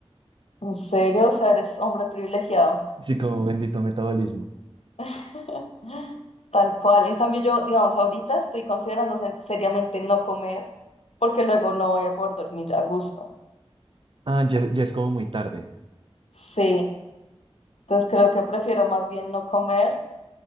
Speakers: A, on the left; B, on the right.
A: ¿En serio? O sea, eres hombre privilegiado.
B: Sí, como bendito metabolismo.
A: <laughs> Tal cual. En cambio, yo, digamos, ahorita estoy considerando se- seriamente no comer porque luego no voy a poder dormir a gusto.
B: Ah, ya, ya es como muy tarde.
A: Sí. Entonces creo que prefiero más bien no comer